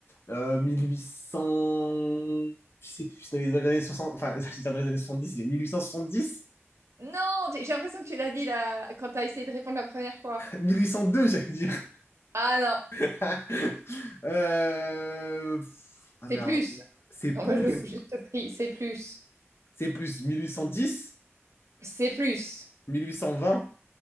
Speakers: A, on the left; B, on the right.
A: euh, 1800, je sais plus, c'est dans les années 60, enfin, <laughs> c'est dans les années 70, il y a 1870,
B: Non, t- j'ai l'impression que tu l'as dit là quand t'as essayé de répondre la première fois.
A: 1802, j'allais dire.
B: Ah non,
A: <laughs> Euh, pff, Ah
B: c'est
A: merde,
B: plus.
A: c'est plus,
B: On va jouer juste prix, c'est plus.
A: c'est plus, 1810,
B: C'est plus,
A: 1820,